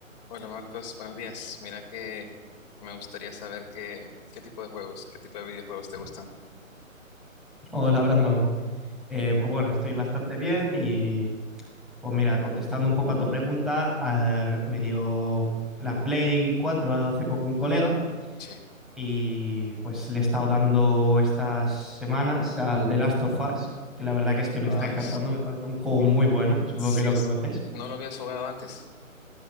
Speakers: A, on the left (about 30°); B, in the centre.
A: Hola Marcos, buenos días. Mira que me gustaría saber qué, qué tipo de juegos, qué tipo de videojuegos te gustan.
B: Hola Brandon, Eh, pues bueno, estoy bastante bien y pues mira, contestando un poco a tu pregunta, ah, me dio la Play 4 hace poco un colega
A: Sí.
B: y pues le he estado dando estas semanas al The Last of Us, que la verdad que es que me
A: Ah,
B: está encantando, me parece un juego muy bueno, supongo
A: sí
B: que lo
A: es.
B: conoces.
A: ¿No lo habías jugado antes?